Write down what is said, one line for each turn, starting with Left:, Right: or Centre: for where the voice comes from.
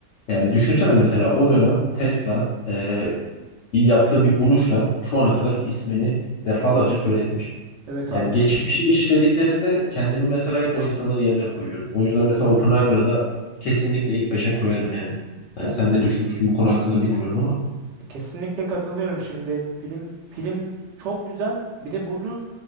Left: Yani düşünsene mesela o dönem Tesla e, bir yaptığı bir buluşla şu ana kadar ismini defalarca söyletmiş.
Right: Evet
Left: Yani
Right: abi kesinlikle.
Left: geçmişi işlediklerinde kendimi mesela hep o insanların yerine koyuyorum. O yüzden mesela Oppenheimer'ı da kesinlikle ilk beşe koyarım yani. Yani
Right: Ya
Left: sen ne düşünürsün bu konu hakkında bilmiyorum ama.
Right: e, kesinlikle katılıyorum. Şimdi film film çok güzel. Bir de bunu